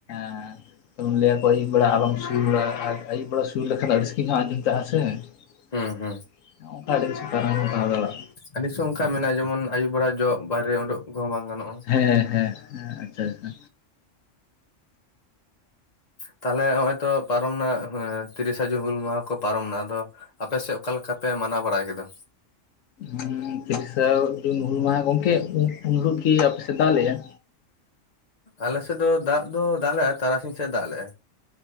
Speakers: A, on the left; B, on the left.
A: ᱦᱮᱸ ᱠᱟᱨᱚᱱ ᱞᱟᱹᱭᱟᱠᱚ ᱟᱹᱭᱩᱵ ᱵᱮ ᱟᱞᱚᱢ ᱥᱩᱭᱩᱲᱟ ᱟᱨ ᱟᱹᱭᱩᱵ ᱵᱮᱲᱟ ᱥᱩᱭᱩᱲ ᱞᱮᱠᱷᱟᱱ ᱫᱚ ᱟᱹᱰᱤ ᱥᱟᱸᱜᱤᱧ ᱦᱚᱸ ᱟᱸᱡᱚᱢ ᱪᱟᱞᱟᱜ-ᱟ ᱥᱮ ᱱᱚᱜ-ᱱᱚᱝᱠᱟ
B: ᱦᱩᱸ ᱦᱩᱸ
A: ᱟᱹᱰᱤ ᱠᱤᱪᱷᱩ ᱦᱚᱸ ᱠᱟᱨᱚᱱ ᱦᱚᱸ ᱛᱟᱦᱮᱸ ᱫᱟᱲᱮᱜ-ᱟ᱾
B: ᱟᱹᱰᱤ ᱥᱚᱝᱠᱟ ᱢᱮᱱᱟᱜᱼᱟ ᱡᱮᱢᱚᱱ ᱟᱹᱭᱩ ᱵᱮᱲᱟ ᱡᱚᱜ ᱵᱟᱦᱨᱮ ᱚᱰᱚᱜ ᱠᱚᱦᱚᱸ ᱵᱟᱝ ᱜᱟᱱᱚᱜᱼᱟ᱾
A: ᱦᱮᱸᱻ ᱦᱮᱸᱻ ᱦᱮᱸᱻᱦᱮᱸᱻ ᱟᱪᱷᱟ-ᱟᱪᱷᱟ
B: ᱛᱟᱦᱚᱞᱮ ᱦᱚᱸᱜᱼᱚᱭ ᱛᱚ ᱯᱟᱨᱚᱢᱮᱱᱟ ᱦᱮᱸ ᱛᱤᱨᱤᱥᱮ ᱡᱩᱱ ᱦᱩᱞ ᱢᱟᱦᱟ ᱠᱚ ᱯᱟᱨᱚᱢᱮᱱᱟ ᱟᱫᱚ ᱟᱯᱮ ᱥᱮᱫ ᱚᱠᱟ ᱞᱮᱠᱟ ᱯᱮ ᱢᱟᱱᱟᱣ ᱵᱟᱲᱟ ᱠᱮᱫᱟ
A: ᱦᱮᱸ ᱛᱤᱨᱤᱥᱟᱹ ᱡᱩᱱ ᱦᱩᱞ ᱢᱟᱦᱟ ᱜᱚᱝᱠᱮ ᱩᱱ ᱦᱤᱞᱚᱜ ᱠᱤ ᱟᱯᱮ ᱥᱮᱫ ᱫᱟᱜ ᱞᱮᱜ-ᱟᱭ
B: ᱟᱞᱮᱥᱮᱫ ᱫᱚ ᱫᱟᱜ ᱫᱚ ᱫᱟᱜ ᱞᱮ-ᱟᱭ ᱛᱟᱨᱟᱥᱤᱧ ᱥᱮᱫ ᱮ ᱫᱟᱜ ᱞᱮᱼᱟᱭ